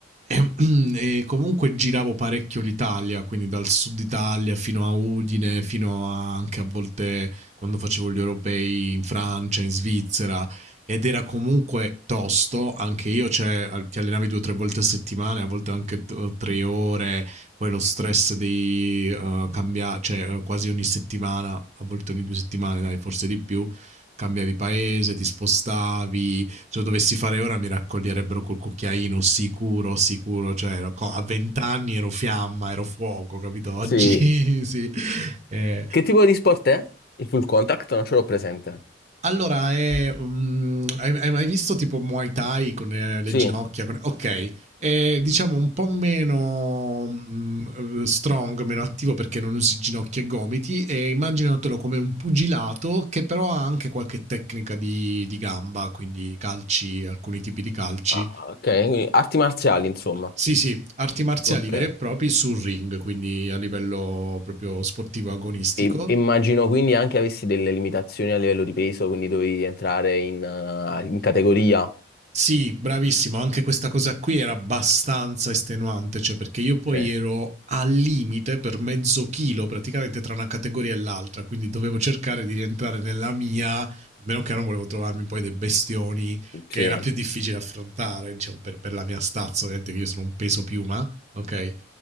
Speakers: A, on the right; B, on the left.
A: E, <clears throat> e comunque giravo parecchio l'Italia, quindi dal sud Italia fino a Udine, fino a- anche a volte quando facevo gli europei in Francia, in Svizzera, ed era comunque tosto, anche io, cioè al- ti allenavi due o tre volte a settimana, a volte anche t- eh, tre ore, poi lo stress di eh, cambiare, cioè eh, quasi ogni settimana, a volte ogni due settimane, dai, forse di più, cambiavi paese, ti spostavi se lo dovessi fare ora mi raccoglierebbero col cucchiaino sicuro, sicuro, cioè ero, a vent'anni ero fiamma, ero fuoco, capito? Oggi
B: sì.
A: <laughs> sì. Eh,
B: Che tipo di sport è? Il full contact? Non ce l'ho presente.
A: allora, eh, um, hai, hai, mai visto tipo Muay Thai con eh, le
B: Sì,
A: ginocchia? Con, ok, è, diciamo un po' meno mh, strong, meno attivo perché non usi ginocchia e gomiti e immaginatelo come un pugilato che però ha anche qualche tecnica di, di gamba, quindi calci, alcuni tipi di calci
B: Ah, ah, ok, quindi arti marziali, insomma.
A: Sì, sì, arti marziali
B: Ok.
A: veri e propri sul ring, quindi a livello proprio sportivo agonistico.
B: I- Immagino quindi anche avessi delle limitazioni a livello di peso, quindi dovevi entrare in, eh, in categoria.
A: Sì, bravissimo, anche questa cosa qui era abbastanza estenuante, cioè perché io poi
B: Sì,
A: ero al limite per mezzo chilo praticamente tra una categoria e l'altra, quindi dovevo cercare di rientrare nella mia, a meno che non volevo trovarmi poi dei bestioni che
B: sì.
A: era più difficile affrontare, diciamo, per, per la mia stazza, ovviamente che io sono un peso piuma, ok?